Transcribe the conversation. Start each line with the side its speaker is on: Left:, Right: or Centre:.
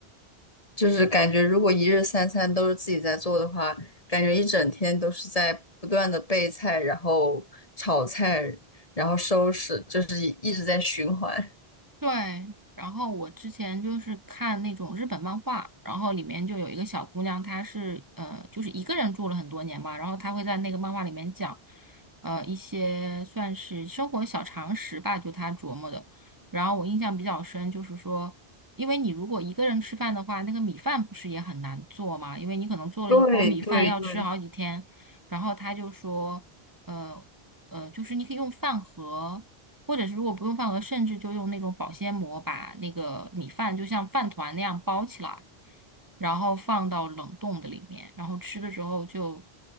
Left: 就是感觉如果一日三餐都是自己在做的话，感觉一整天都是在不断的备菜，然后炒菜，然后收拾，就是一直在循环。
Right: 对，然后我之前就是看那种日本漫画，然后里面就有一个小姑娘，她是呃，就是一个人住了很多年嘛，然后她会在那个漫画里面讲，呃，一些算是生活小常识吧，就她琢磨的。然后我印象比较深，就是说，因为你如果一个人吃饭的话，那个米饭不是也很难做嘛，因为你可能做了一锅米饭要吃好几天。
Left: 对对对，
Right: 然后她就说，呃呃，就是你可以用饭盒。或者是如果不用饭盒，甚至就用那种保鲜膜把那个米饭就像饭团那样包起来，然后放到冷冻的里面，然后吃的时候就